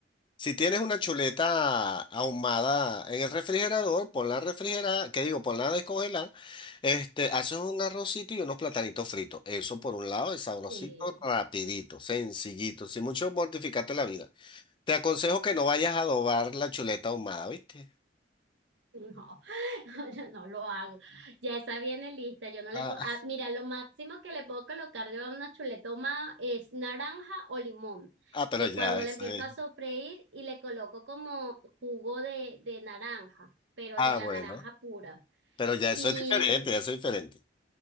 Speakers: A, on the left (about 25°); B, on the right (about 80°).
A: si tienes una chuleta ahumada en el refrigerador, ponla a refrigerar, ¿qué digo? Ponla a descongelar. Este, haces un arrocito y unos platanitos fritos. Eso por un lado es sabrosito,
B: Sí.
A: rapidito, sencillito, sin mucho mortificarte la vida. Te aconsejo que no vayas a adobar la chuleta ahumada, ¿viste?
B: No, <laughs> no, no lo hago. Ya esa viene lista. Yo no le
A: Ah,
B: puedo.
A: <laughs>
B: ah, mira, lo máximo que le puedo colocar yo a una chuleta ahumada es naranja o limón.
A: ah, pero
B: Que
A: ya,
B: cuando
A: eso
B: le empiezo
A: es.
B: a sofreír y le coloco como jugo de, de naranja, pero
A: Ah,
B: de
A: bueno,
B: la naranja pura.
A: pero ya eso
B: Y
A: es diferente, ya eso es diferente.